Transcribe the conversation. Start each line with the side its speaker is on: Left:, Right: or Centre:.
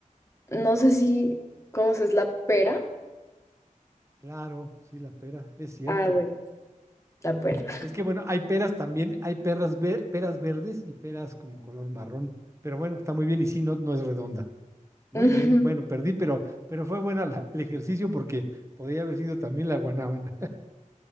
Left: no sé si conoces la pera.
Right: Claro, sí, la pera, es cierto.
Left: Ah, bueno, la pera.
Right: Es que bueno, hay peras también, hay perras ver peras verdes y peras como color marrón. Pero bueno, está muy bien y sí, no, no es redonda. Muy
Left: <laughs>
Right: bien, bueno, perdí, pero, pero fue buena la- el ejercicio porque podría haber sido también la guanábana,